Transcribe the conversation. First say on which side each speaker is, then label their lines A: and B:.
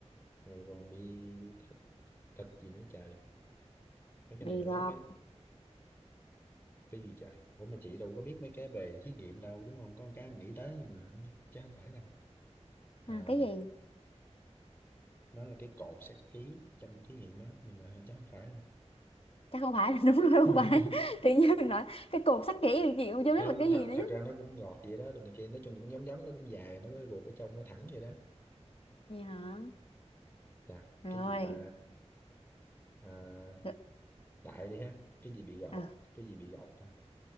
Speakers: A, on the left (about 20°); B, on the left (about 55°).
A: rồi còn bị thịt, thịt gì nữa trời mấy cái
B: bị
A: này hồi
B: gọt
A: đó mấy cái gì trời ủa mà chị đâu có biết mấy cái về thí nghiệm đâu đúng không có một cái mình nghĩ tới nhưng mà không- chứ không phải đâu à,
B: à, cái gì
A: nó là cái cột sát ký trong thí nghiệm á nhưng mà hình chắc không phải đâu
B: chắc không phải <laughs> đúng rồi
A: <laughs>
B: không phải <laughs> tự nhiên nói cái cột sắt kỹ thì chị cũng chưa biết
A: không
B: là cái
A: thật
B: gì nữa
A: thật
B: chứ
A: ra nó cũng ngọt vậy đó đồ này kia nói chung cũng giống giống nó cũng dài nó có cái ruột ở trong nó thẳng vậy đó
B: gì hả
A: Chà,
B: rồi
A: cái gì ta à,
B: Được.
A: đại đi ha cái gì bị gọt
B: Ờ,
A: cái gì bị gọt ta